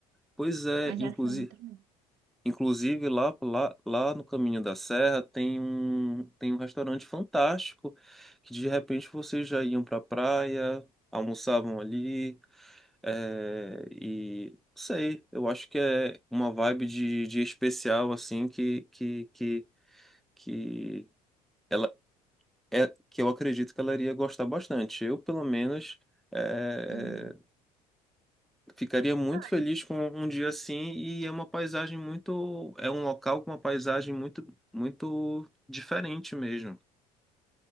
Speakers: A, in the centre; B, on the right.
A: Pois é,
B: mas
A: inclusive
B: essa é outra não.
A: Inclusive, lá, lá, lá no Caminho da Serra tem um, tem um restaurante fantástico que de repente vocês já iam para a praia, almoçavam ali, é, e não sei, eu acho que é uma vibe de, de especial assim que, que, que, que ela é que eu acredito que ela iria gostar bastante. Eu, pelo menos, eh,
B: Uhum.
A: Ficaria muito
B: Ah,
A: feliz com um dia assim e é uma paisagem muito, é um local com uma paisagem muito, muito diferente mesmo.